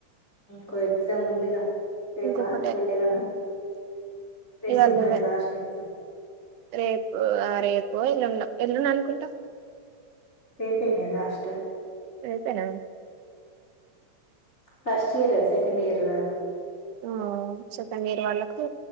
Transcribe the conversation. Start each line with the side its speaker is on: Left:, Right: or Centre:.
Left: కో ఎగ్జామ్ ఉందిగా రేపా
Right: ఇంకొకటే
Left: ఇవ్వలేవనా రేపు
Right: ఇవాళ
Left: ఉన్నది
Right: నువ్వే
Left: లాస్ట్ ఎ
Right: రేపు ఆ రేపు ఎల్లుండ ఎల్లుండ అనుకుంటా
Left: రేపేనే లాస్ట్
Right: రేపేన
Left: ఫస్ట్ ఇయర్ అ సెకండ్ ఇయర్ రాదు
Right: ఆ సెకండ్ ఇయర్ వాళ్ళకు